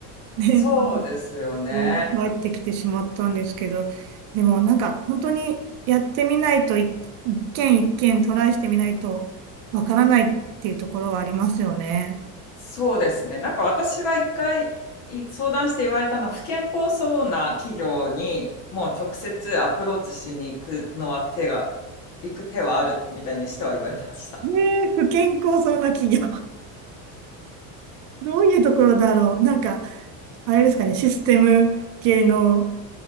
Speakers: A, on the right; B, on the left.
A: で
B: そうですよね。
A: 帰ってきてしまったんですけど、でもなんか本当にやってみないとい一件一件トライしてみないとわからないっていうところはありますよね。
B: そうですね。なんか私が一回い相談して言われたのは、不健康そうな企業にもう直接アプローチしに行くのは手が、行く手はあるみたいにしては言われました。
A: ねえ、不健康そうな企業。どういうところだろう。なんか、あれですかね、システム系の